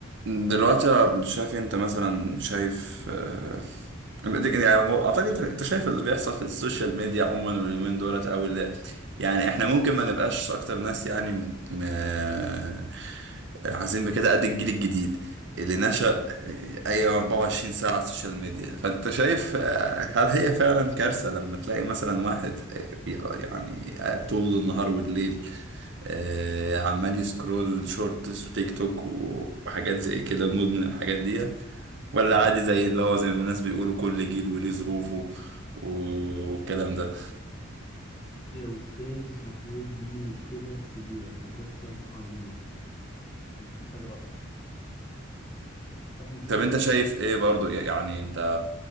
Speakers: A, on the right; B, on the left.
A: دلوقتي أنا شايف انت مثلا شايف آه، يعني مو- اعتقد انت أنت شايف اللي بيحصل في السوشيال ميديا عموما واليومين دولت او اللي يعني احنا ممكن ما نبقاش اكتر ناس يعني م... م... حاسين بكده قد الجيل الجديد اللي نشأ آه، اي 24 ساعة على السوشيال ميديا فانت شايف آه، هل هي فعلا كارثة لما تلاقي مثلا واحد آه، بي- يعني قاعد طول النهار والليل آه، عمال يسكرول شورتس وتيك توك و- وحاجات زي كده مدمن الحاجات دي ولا عادي زي اللي هو زي ما الناس بيقولوا كل جيل وليه ظروفه والكلام ده
B: يا أستاذ محمود دي مشكلة كبيرة وكارثة عظيمة مش محتاج رأي تعرف المشكلة
A: طب انت شايف ايه برضو يعني انت